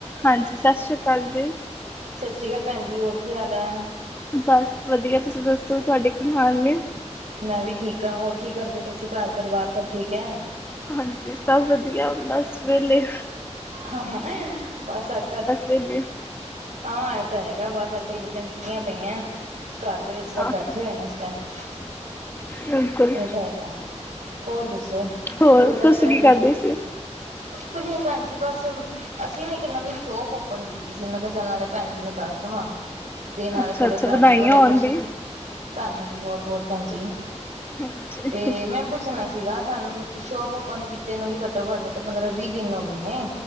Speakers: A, on the left; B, on the right.
A: ਹਾਂਜੀ। ਸੱਸਰੀ ਕਾਲ ਜੀ।
B: ਸੱਸਰੀ ਕਾਲ ਭੈਣ ਜੀ। ਹੋਰ ਕੀ ਹਾਲ ਐ?
A: ਬਸ ਵਧੀਆ। ਤੁਸੀਂ ਦੱਸੋ? ਤੁਹਾਡੇ ਕੀ ਹਾਲ ਨੇ?
B: ਮੈਂ ਵੀ ਠੀਕ ਆ। ਹੋਰ ਕੀ ਕਰਦੇ ਪਏ ਸੀ? ਘਰ- ਪਰਿਵਾਰ ਸਭ ਠੀਕ ਐ।
A: ਹਾਂਜੀ ਸਭ ਵਧੀਆ। ਬੱਸ ਵੇਲੇ।
B: ਹਾਂਅਹਾ। ਬਸ ਅੱਜ ਕੱਲ
A: ਵਿਹਲੇ
B: ਹਾਂ। ਐਹ ਤਾਂ ਹੈਗਾ। ਬਸ ਅੱਜਕਲ ਬੱਚਿਆਂ ਨੂੰ ਛੁੱਟੀਆਂ ਪਈਆਂ। ਘਰ ਦੇ ਵਿੱਚ ਸਭ
A: ਆਹੋ
B: ਬੈਠੇ ਹੋਏ ਨੇ। ਤਾਂ। <unintelligible>
A: ਬਿਲਕੁਲ
B: ਇਹ ਤਾਂ ਹੈਗਾ। ਹੋਰ ਦੱਸੋ
A: ਹੋਰ
B: ਕੋਈ ਨਵੀਂ
A: ਤੁਸੀਂ
B: ਤਾਜ਼ੀ?
A: ਕੀ ਕਰਦੇ ਸੀ
B: ਕੁੱਝ ਨੀ ਭੈਣ ਜੀ। ਬੱਸ ਅਸੀਂ ਨਾ ਇੱਕ ਨਵੀਂ ਸ਼ੋਪ ਔਪਨ ਕੀਤੀ ਸੀ। ਮੈਂ ਕਿਹਾ ਚੱਲ ਨਾਲੇ ਭੈਣ ਜੀ ਨੂੰ ਦੱਸ ਦੇਵਾਂ। ਤੇ ਨਾਲੇ
A: ਅੱਛਾ
B: ਥੋੜੇ
A: ਅੱਛਾ
B: ਭੈਣ
A: ਵਧਾਈਆਂ
B: ਜੀ ਕੋਲੋਂ ਕੁਛ।
A: ਹੋਣ ਬਈ
B: ਤੁਹਾਨੂੰ ਵੀ ਬਹੁਤ-ਬਹੁਤ ਭੈਣ ਜੀ।
A: ਹਾਂਜੀ
B: ਤੇ, ਮੈ ਪੁੱਛਣਾ। ਸੀਗਾ। ਸਾਨੂੰ ਸ਼ੋਪ ਔਪਨ ਕੀਤੇ ਨੂੰ ਵੀ ਘੱਟੋ-ਘੱਟ ਨਹੀ ਤਾਂ, ਪੰਦਰਾਂ-ਵੀਹ ਦਿਨ ਹੋ ਗਏ ਨੇ।